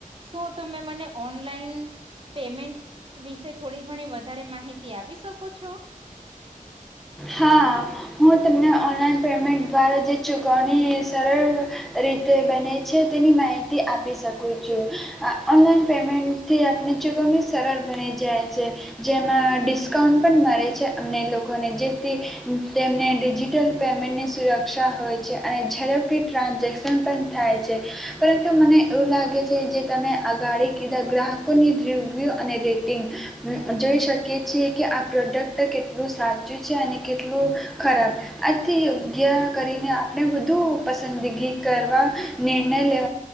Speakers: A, on the right (about 40°); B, in the centre.
A: શું તમે મને ઓનલાઈન પેમેન્ટ વિશે થોડી ઘણી વધારે માહિતી તે આપી શકો છો.
B: હા હું તમને ઓનલાઈન પેમેન્ટ દ્વારા જે ચૂકવણી સરળ રીતે તે બને છે તેની માહિતી આપી શકું છું આ ઓનલાઈન પેમેન્ટથી આપણે ચૂકવણી સરળ બની જાય છે જેમાં ડિસ્કાઉન્ટ પણ મળે છે અમને લોકોને જે તે તેમને ડિજિટલ પેમેન્ટની સુરક્ષા હોય છે અને ઝડપથી ટ્રાન્ઝેક્શન પણ થાય છે પરંતુ મને એવું લાગે છે જે તમે આગાડી કીધા ગ્રાહકોની રિવ્યૂ અને રેટિંગ જોઈ શકીએ છીએ કે આ પ્રોડક્ટ કેટલું સાચું છે અને કેટલું ખરાબ આથી યોગ્ય કરીને આપણે બુ પસંદગી કરવા નિર્ણય લે